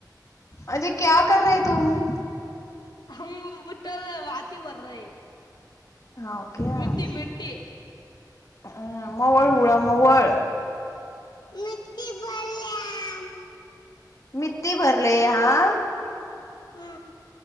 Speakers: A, on the left (about 45°); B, on the left (about 70°).
A: अरे क्या कर रहे तूम?
B: हम बुत वाती भर रहे है
A: हाव क्या
B: मिठी मिठी
A: अ मवळ उळा मवळ
B: मिठी भरल्यानं
A: मिठी भरले याहा
B: हा